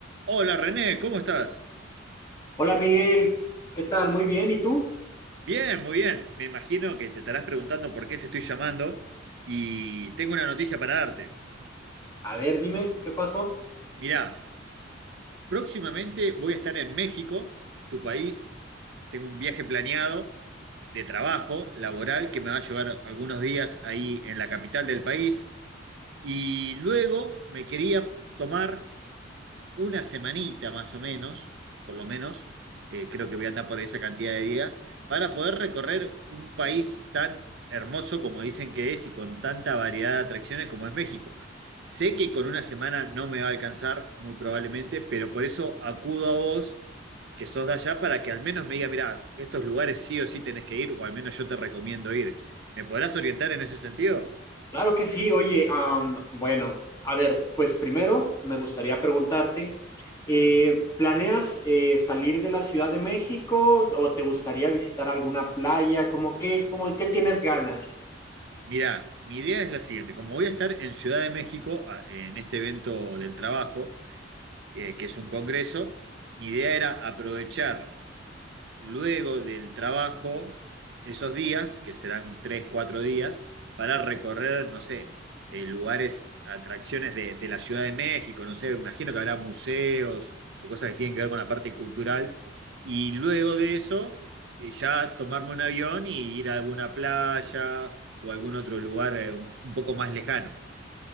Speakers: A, on the right; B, on the left.
A: Hola René, ¿cómo estás?
B: Hola Miguel, ¿qué tal? Muy bien, ¿y tú?
A: Bien, muy bien. Me imagino que te estarás preguntando por qué te estoy llamando y tengo una noticia para darte.
B: A ver, dime, ¿qué pasó?
A: Mirá, próximamente voy a estar en México, tu país. Tengo un viaje planeado de trabajo laboral que me va a llevar algunos días ahí en la capital del país. Y luego me quería tomar una semanita más o menos, por lo menos, eh, creo que voy a andar por esa cantidad de días, para poder recorrer un país tan hermoso como dicen que es y con tanta variedad de atracciones como es México. Sé que con una semana no me va a alcanzar, muy probablemente, pero por eso acudo a vos, que sos de allá, para que al menos me diga, mirá, estos lugares sí o sí tenés que ir, o al menos yo te recomiendo ir. ¿Me podrás orientar en ese sentido?
B: Claro que sí, oye, am, bueno, a ver, pues primero me gustaría preguntarte, eh, ¿planeas eh, salir de la Ciudad de México o te gustaría visitar alguna playa? ¿Cómo qué, cómo qué tienes ganas?
A: Mirá, mi idea es la siguiente. Como voy a estar en Ciudad de México a- en este evento del trabajo, eh, que es un congreso, mi idea era aprovechar luego del trabajo esos días, que serán tres, cuatro días, para recorrer, no sé, eh, lugares, atracciones de, de la Ciudad de México, no sé, imagino que habrá museos o cosas que tienen que ver con la parte cultural. Y luego de eso, eh, ya tomarme un avión y ir a alguna playa o algún otro lugar eh, un un poco más lejano.